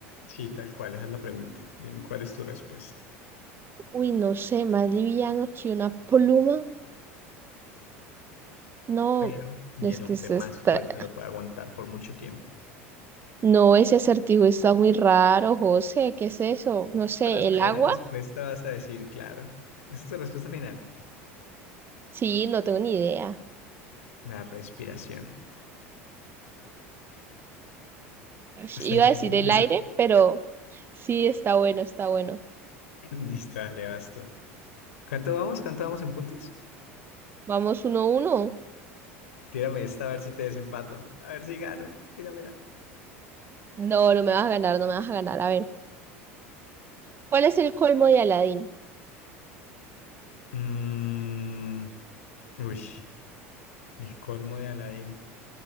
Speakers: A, on the left; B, on the right.
A: Sí, tal cual, esa es la pregunta. Dime cuál es tu respuesta.
B: Uy, no sé, más liviano que una pluma. No,
A: Pero Ni
B: es
A: el hombre
B: que se
A: más
B: está...
A: fuerte lo puede aguantar por mucho tiempo.
B: No, ese acertijo está muy raro, José. ¿Qué es eso? No sé,
A: Cuando te
B: ¿el
A: dé
B: agua?
A: la respuesta vas a decir, claro. Esa es tu respuesta final.
B: Sí, no tengo ni idea.
A: La respiración.
B: Ush,
A: Está
B: Iba
A: increíble,
B: a decir el aire,
A: ¿no?
B: pero sí, está bueno, está bueno.
A: <laughs> Listo, dale, vas tú. ¿Cuánto vamos? ¿Cuánto vamos en puntos?
B: Vamos uno a uno.
A: Tírame esta a ver si te desempato. A ver si gano. Tíramela.
B: No, no me vas a ganar, no me vas a ganar. A ver, ¿cuál es el colmo de Aladín?
A: Mm, uy, el colmo de Aladín.